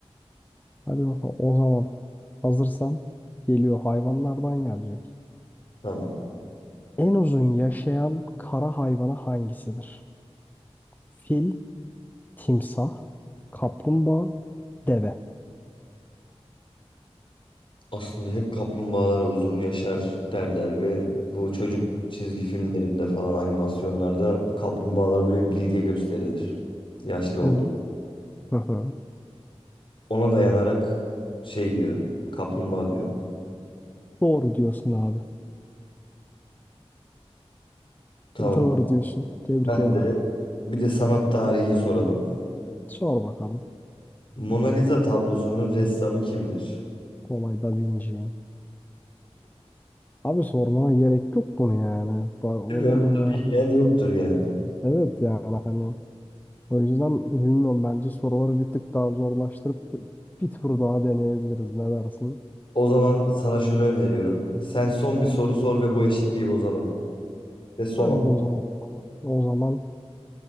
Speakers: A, on the left; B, on the left.
A: Hadi bakalım o zaman hazırsan geliyor hayvanlardan gelecek.
B: Tamam.
A: En uzun yaşayan kara hayvanı hangisidir? Fil, timsah, kaplumbağa, deve.
B: Aslında hep kaplumbağalara uzun yaşar derler ve bu çocuk çizgi filmlerinde falan animasyonlarda kaplumbağalar böyle bilge gösterilir. Yaşlı oldu.
A: Evet. Hı hı.
B: Ona dayanarak şey diyorum. Kaplumbağa diyorum.
A: Doğru diyorsun abi.
B: Tamam.
A: Doğru diyorsun. Tebrik
B: Ben
A: ederim.
B: de bir de sanat tarihi soralım.
A: Sor bakalım.
B: Mona Lisa tablosunun ressamı kimdir?
A: Kolay Da Vinci. Abi sormana gerek yok bunu yani. Ba-
B: Değil
A: O
B: mi?
A: zaman
B: Bunu
A: ya
B: bilmeyen
A: hani.
B: yoktur yani.
A: Evet yani hani. O yüzden bilmiyorum bence soruları bir tık daha zorlaştırıp bir tur daha deneyebiliriz. Ne dersin?
B: O zaman sana şunu öneriyorum. Sen son bir soru sor ve bu eşitliği bozalım. Ve son
A: Hadi
B: ol.
A: bu o zaman abi. O zaman